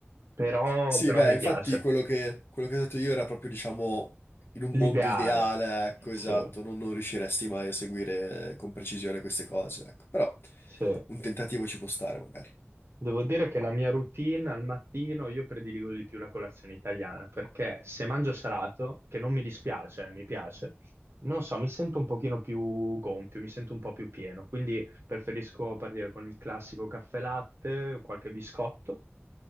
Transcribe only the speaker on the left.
Sì,
beh,
infatti
quello che, quello che ho detto io era proprio, diciamo, in un
mondo ideale, ecco,
esatto, non, non riusciresti mai a seguire con precisione queste cose, ecco. Però
un tentativo ci può stare, magari.